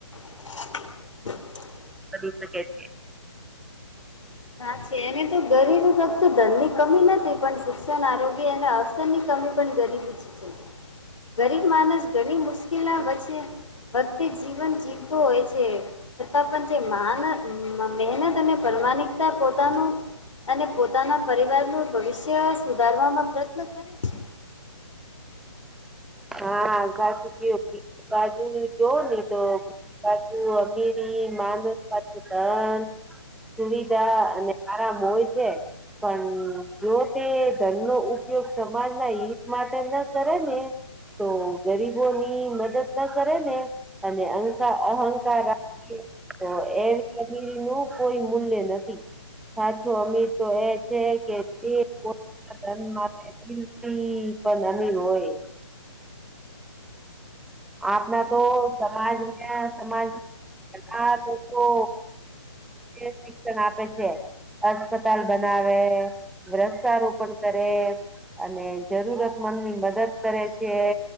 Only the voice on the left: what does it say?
<inaudible>
ના છે એને તો ગરીબી ફક્ત ધનની કમી નથી પણ શિક્ષણ આરોગ્ય અનેને ની કમી પણ ગરીબી છે ગરીબ માણસ ઘણી મુશ્કેલા વચ્ચે ભક્તિ જીવન જીવતોું હોય છે છતાં પણ જે મહેનત અને પ્રમાણિક પોતાનું અને પોતાના પરિવારનું ભવિષ્ય સુધારવામાં પ્રયત્ન કરે છે.
સાચી
વાત કહી.